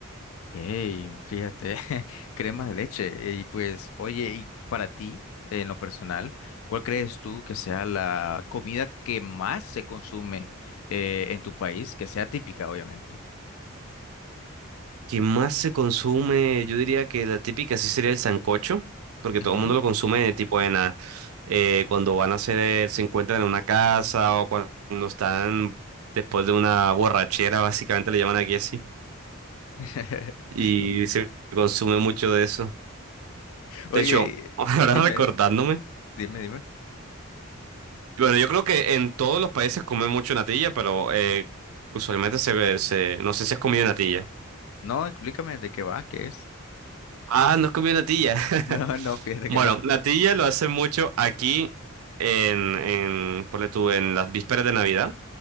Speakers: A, on the left; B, on the right.
A: Hey, fíjate, <laughs> crema de leche. Y pues, oye, y para ti, en lo personal, ¿cuál crees tú que sea la comida que más se consume eh, en tu país, que sea típica, obviamente?
B: ¿Qué más se consume? Yo diría que la típica sí sería el sancocho, porque
A: Ujú.
B: todo el mundo lo consume tipo en la- eh, cuando van a hacer, se encuentran en una casa o cuando están después de una borrachera, básicamente le llaman aquí así,
A: <laughs>
B: y se consume mucho de eso.
A: Oye,
B: De hecho,
A: y-
B: <laughs> ahora
A: dime,
B: recordándome,
A: dime, dime.
B: bueno, yo creo que en todos los países comen mucho natilla, pero eh, usualmente se ve, se, no sé si has comido natilla.
A: No, explícame de qué va, qué es.
B: Ah, no has comido natilla.
A: <laughs>
B: <laughs>
A: No, no, fíjate
B: Bueno,
A: que no.
B: natilla lo hacen mucho aquí en, en, ponle tú, en las vísperas de Navidad.